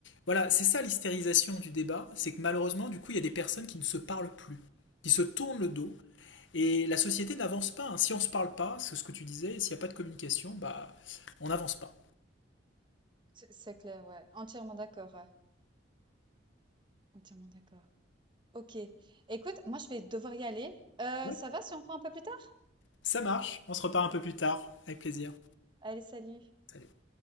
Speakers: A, on the left; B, on the right.
A: voilà c'est ça l'hystérisation du débat c'est que malheureusement du coup il y a des personnes qui ne se parlent plus qui se tournent le dos et la société n'avance pas hein. si on ne se parle pas c'est ce que tu disais s'il n'y a pas de communication bah on n'avance pas
B: C'est c'est clair, ouais. Entièrement d'accord. ouais. Entièrement d'accord. Ok. Écoute, moi, je vais devoir y aller. Euh,
A: ouais.
B: ça va si on prend un peu plus tard?
A: ça marche on se repart un peu plus tard avec plaisir
B: Allez, salut.
A: Salut.